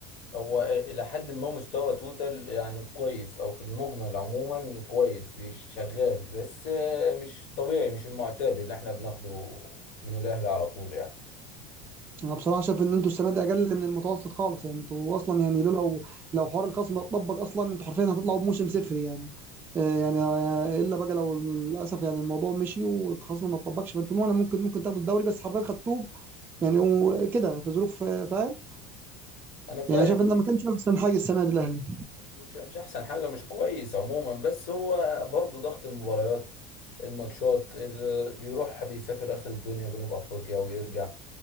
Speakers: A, on the left; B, on the right.
A: هو إلى حد ما مستوى توتال يعني كويس أو في المجمل عموما كويس بيش- شغال بس آه، مش طبيعي مش المعتاد اللي احنا بناخده من الأهلي على طول يعني
B: انا بصراحة شايف ان انتوا السنة دي اقل من المتوسط خالص يعني انتوا اصلا يعني لولا لو لو حوار الخصم ده اتطبق اصلا انتوا حرفيا هتطلعوا بموسم صفري يعني آه، يعني آه، الا بقى لو للاسف يعني الموضوع مشي والخصم ما اتطبقش فانتوا ممكن ممكن ممكن تاخدوا الدوري بس حرفيا خدتوه يعني وكده في ظروف آه، فاهم
A: أنا فاهم
B: يعني شايف ان ده ما كانش احسن حاجة السنة دي الاهلي
A: مش مش أحسن حاجة مش كويس عموما بس هو برضه ضغط المباريات الماتشات اللي بيروح بيسافر آخر الدنيا جنوب أفريقيا ويرجع